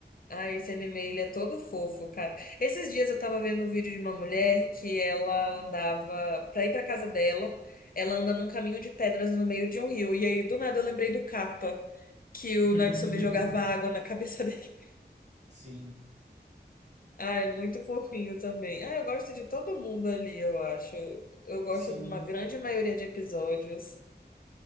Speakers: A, on the left; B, on the right.
A: Ah, esse anime, ele é todo fofo, cara. Esses dias eu tava vendo um vídeo de uma mulher que ela andava, pra ir pra casa dela, ela anda num caminho de pedras no meio de um rio. E aí, do nada, eu lembrei do Kappa, que o
B: <laughs>
A: Natsume jogava água na <laughs> cabeça dele.
B: Sim,
A: Ai, muito fofinho também. Ah, eu gosto de todo mundo ali, eu acho. Eu gosto
B: sim.
A: de uma grande maioria de episódios.